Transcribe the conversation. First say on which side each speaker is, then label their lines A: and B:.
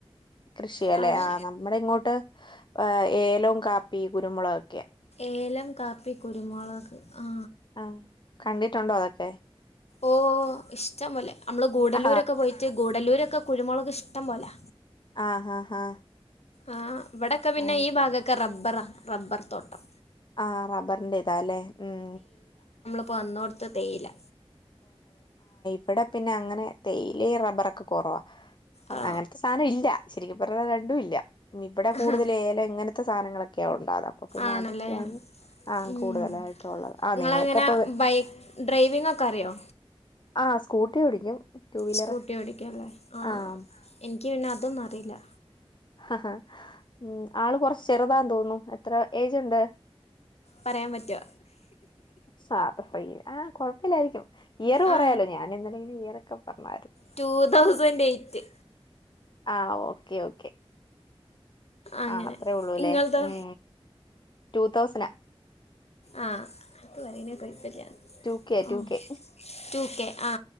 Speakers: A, on the left (about 45°); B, on the left (about 85°).
A: കൃഷിയല്ലെ
B: അവിടെ
A: ആ നമ്മ്ടെ ഇങ്ങോട്ട് ഏ ഏലവും കാപ്പി കുര്മുളകൊക്കെയാ
B: ഏലം കാപ്പി കുരുമൊളക് ആ
A: ആ കണ്ടിട്ടുണ്ടോ അതൊക്കെ?
B: ഓ ഇഷ്ടം പോലെ അമ്മള് ഗൂഡല്ലൂരൊക്കെ
A: ആ
B: പോയ്ട്ട് ഗുഡല്ലൂരൊക്കെ കുര്മൊളക് ഇഷ്ടം പോലാ
A: ആ ആ ആ
B: ആ വ്ടെക്കെ പിന്നെ
A: ആ
B: ഈ ഭാഗൊക്കെ റബ്ബറാ റബ്ബർ തോട്ടം
A: ആ റബ്ബർന്റേതാല്ലേ ഉം
B: പ്പൊ അന്നോട്ത്ത് തേയിലാ
A: വ്ടെ പിന്നെ അങ്ങനെ തേയിലെയും റബ്ബറൊക്കെ കൊറവാ
B: ആ
A: അങ്ങനത്തെ സാനം ഇല്ല ശരിക്കും പറഞ്ഞ രണ്ടും ഇല്ല ഇവ്ടെ കൂട്തല്
B: ആ
A: ഏല ഇങ്ങനത്തെ സാധനങ്ങളൊ ക്ക അപ്പ പിന്നെ
B: ആണല്ലേ
A: അതൊക്കെയാണ് ആ
B: ഉം.
A: കൂട്തലായിട്ടും ഉള്ളത് ആ
B: നിങ്ങളെങ്ങനെ
A: നിങ്ങളൊക്കെ അപ്പൊ
B: ബൈക്ക് ഡ്രൈവിംഗ് ഒക്കെ അറിയോ
A: ആ സ്കൂട്ടി ഓടിക്കും വീലർ
B: സ്കൂട്ടി ഓടിക്കൂല്ലേ ആ
A: ആഹ്
B: എനിക്ക് പിന്നെ അതൊന്നും അറീലാ
A: ഹ ഹാ ഉം ആള് കൊറച്ച് ചെർതാന്ന് തോന്ന്ന്നു എത്ര ഏജ്ണ്ട്
B: പറയാൻ പറ്റോ
A: സാധാ റീ ആ കൊഴപ്പില്ലായ്രിക്കും ഇയറ് പറയാലോ
B: ആ
A: ഞാൻ ഇന്നലേല് ഇയറൊക്കെ പറഞ്ഞായ്ര്
B: റ്റൂ തൗസന്റെയ്റ്റ്
A: ആ ഓക്കെ ഓക്കെ
B: അങ്ങനെ
A: ആ അത്രേ ഒള്ളൂല്ലേ
B: നിങ്ങളതോ
A: ഉം റ്റൂ തൗസനാ
B: ആ അപ്പ പറയ്ണേ കൊയ്പ്പല്ല
A: ടു കെ
B: ആ
A: ടു കെ
B: റ്റൂ കേ ആ